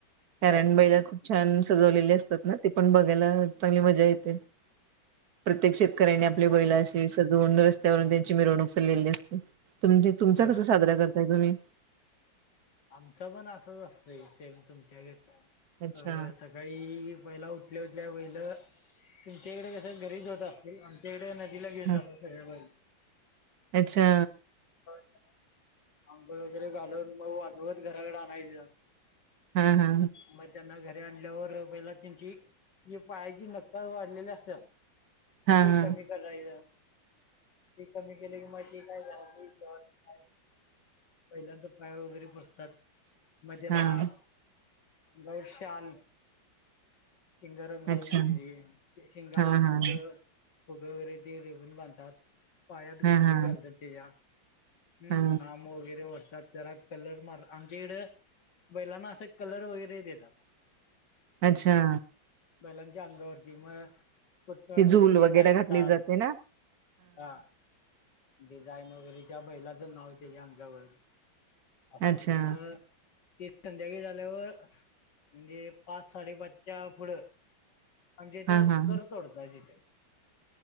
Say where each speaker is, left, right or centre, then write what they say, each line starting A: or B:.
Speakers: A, on the right (about 55°); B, on the left (about 60°).
A: कारण
B: बर
A: बैला खूप- छान सजवलेले असतात ना ते पण बघायला चांगली मजा येते. प्रत्येक शेत- र्यायांनी आपली बैलाशी सजवून रस्त्यावरून त्यांची मिरवणूक चाललेली असते. तुमज तुमचा
B: हा
A: कसा साजरा करताय तुम्ही?
B: आमचं पण असंच असतं सेम तुमच्या गत.
A: अच्छा
B: अ सकाळी पहिला उठल्या उठल्या बैल. तुमच्याकडे कसं घरीच होत असतील. आमच्या इकडे नदीला घेऊन
A: ह
B: जातात सगळे बैल.
A: अच्छा.
B: अंघोळ वगैरे घालून मगं वाजवत घराकडे आणायचं.
A: हा हा
B: मग त्यांना घर आणल्यावर पहिला त्यांची पायाची नख वाढलेली असतात ती
A: हा हा
B: कमी करायचं. ती कमी केली की, मग ती काय घरातली <unintelligible> बैलांच पाय वगैरे पुजतात. मगं त्याला
A: हा
B: अंगावर शाल शिंग रंगवने
A: अच्छा
B: तिची शिंगाला
A: हा हा
B: फुग फुग वगैरे ते रेबीन बांधतात, पायात
A: हा
B: घुंगरू
A: हा
B: घालतात त्याच्या. हम
A: हा
B: नाम वगैरे ओडतात जरा कलर मार आमच्या इकडं बैलांना असं कलर वगैरे देतात.
A: अच्छा!
B: बैलांच्या अंगावरती मगं कुठं
A: ती
B: म्हणजे
A: झूल
B: डिझाईन
A: वगैरे घातली
B: काढ
A: जाते ना
B: हा डिझाईन वगैरे त्या बैलाचं नाव त्याच्या अंगावर असं
A: अच्छा
B: असते मग ते संध्याकाळी झाल्यावर म्हणजे, पाच साडेपाचच्या पुढं आमच्या इथं
A: हा हा
B: कर तोडतात इथे